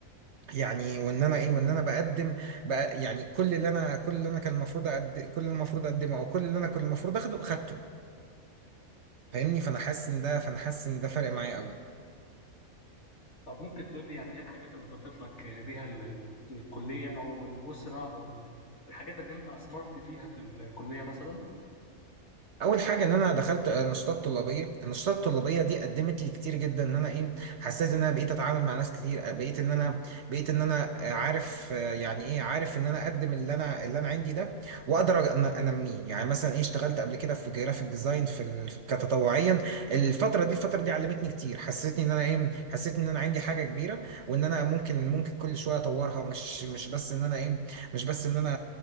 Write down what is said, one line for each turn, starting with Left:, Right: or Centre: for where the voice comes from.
Right: يعني وان انا ايه وان انا بقدم بقى يعني كل اللي انا كل اللي انا كان المفروض أقد... كل اللي المفروض اقدمه او كل اللي انا كنت المفروض اخده خدته فاهمني فانا حاسس ان ده فانا حاسس ان ده فارق معايا قوي
Left: طب ممكن تقول لي يعني ايه الحاجات اللي ضافت لك ليها ال- الكلية او الأسرة او ال- الحاجات اللي انت أثمرت فيها في الكلية مثلا
Right: اول حاجه ان انا دخلت نشاطات طلابيه النشاطات الطلابيه دي قدمت لي كتير جدا ان انا ايه حسيت ان انا بقيت اتعامل مع ناس كتير بقيت ان انا بقيت ان انا عارف يعني ايه عارف ان انا اقدم اللي انا اللي انا عندي ده واقدر ان انميه يعني مثلا ايه اشتغلت قبل كده في جرافيك ديزاين في ال- كتطوعيا الفتره دي الفتره دي علمتني كتير حسيتني ان انا ايه حسيت ان انا عندي حاجه كبيره وان انا ممكن ممكن كل شويه اطورها مش مش بس ان انا ايه مش بس ان انا